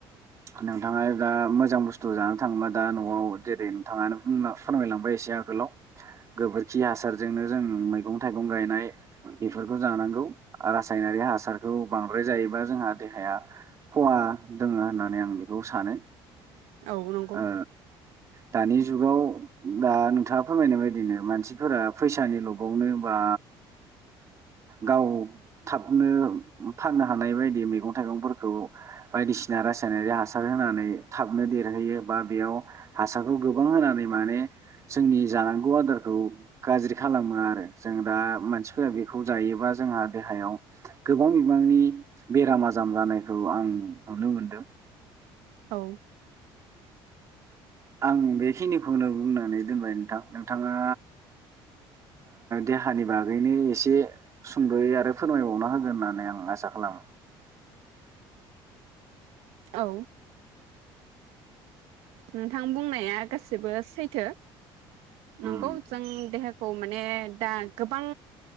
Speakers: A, on the right (about 30°); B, on the right (about 80°).
A: नोंथाङा दा मोजां बुस्थु जानो थाङोबा दा न'आव जेरै नोंथाङानो बुंना फोरमायलांबाय एसे आगोलाव गोबोरखि हासारजोंनो जों मैगं थाइगं गायनाय बेफोरखौ जानांगौ रासायनारि हासारखौ बांद्राय जायोबा जोंहा देहाया खहा दङो। होननानै आं बेखौ सानो
B: औ नंगौ
A: ओ दानि जुगाव दा नोंथाङा फोरमायनाय बायदिनो मानसिफोरा फैसानि लबावनो बा गाव थाबनो फाननो हानाय बायदि मैगं थाइगंफोरखौ बायदिसिना रासायनारि हासार होनानै थाब थाबनो देरहोयो बा बेयाव हासारखौ गोबां होनानै माने जोंनि जानांगौ आदारखौ गाज्रि खालामो आरो जों दा मानसिफोरा बेखौ जायोबा जोंहा देहायाव गोबां बिबांनि बेराम आजार जानायखौ आं नुनो मोनदों।
B: औ
A: आं बेखिनिखौनो बुंनानै दोनबाय नोंथां नोंथाङा देहानि बागैनो एसे सुंद'यै आरो फोरमायबावना होगोन होननानै आं आसा खालामो।
B: औ नोंथां बुंनाया गासिबो सैथो। नंगौ
A: उम
B: जों देहा खौ माने दा गोबां